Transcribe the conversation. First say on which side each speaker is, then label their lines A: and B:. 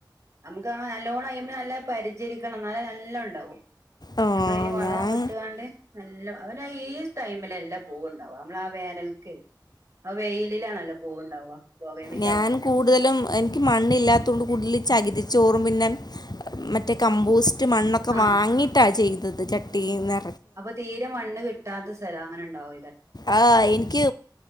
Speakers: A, on the right (about 40°); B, on the left (about 55°).
A: നമുക്ക് ആ നല്ലോൺയുമ്പോ നല്ല പരിചരിക്കണം എന്നാല നല്ല ഉണ്ടാവും
B: ആ,
A: നമ്മളതിന് വളം
B: ഞാൻ
A: ഇട്ടാണ്ട് നല്ല അവന ഈ ടൈമിലല്ലാം പൂവുണ്ടാവാ നമ്മള ആ വേനൽക്ക് ആ വെയിലിലാണല്ലോ പൂവുണ്ടാവ ബോഗൻവില്ലാവുമ്പോ
B: ഞാൻ കൂടുതലും എനിക്ക് മണ്ണ ഇില്ലാത്ത കൊണ്ട് ചകിതിച്ചോറും പിന്നെ മറ്റേ കമ്പോസ്റ്റ് മണ്ണൊക്കെ
A: ആഹ്
B: വാങ്ങിയിട്ടാണ് ചെയ്ത് ചട്ടി ന്നാ
A: അപ്പൊ തീരെ മണ്ണ് കിട്ടാത്ത സ്ഥലം അങ്ങനെ ഉണ്ടാവോ
B: ആ് എനിക്ക്